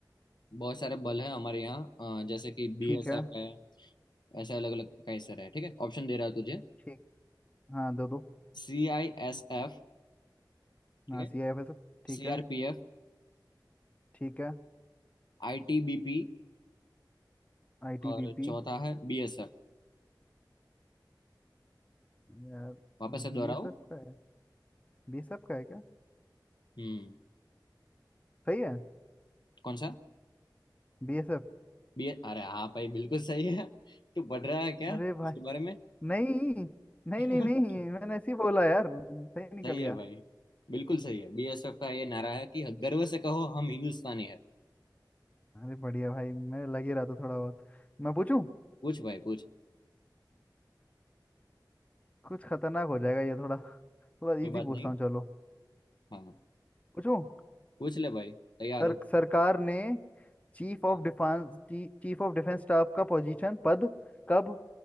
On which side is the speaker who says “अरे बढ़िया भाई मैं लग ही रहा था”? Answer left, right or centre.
Left